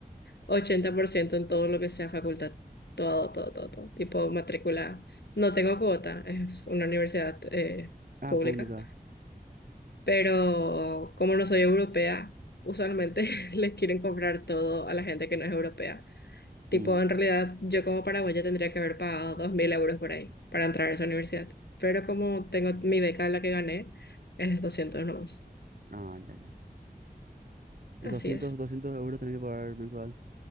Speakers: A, on the left (about 85°); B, on the right (about 60°).
A: 80% en todo lo que sea facultad, todo, todo, todo, todo. Tipo, matrícula. No tengo cuota, es una universidad eh,
B: Ah,
A: pública.
B: pública.
A: pero como no soy europea, usualmente <laughs> les quieren comprar todo a la gente que no es europea. Tipo,
B: Mm,
A: en realidad, yo como paraguaya tendría que haber pagado 2.000 euros por ahí para entrar a esa universidad, pero como tengo mi beca, la que gané, es 200 nomás.
B: Ah, ya, ya. Y
A: Así
B: 200
A: es.
B: 200 euros tenés que pagar mensual.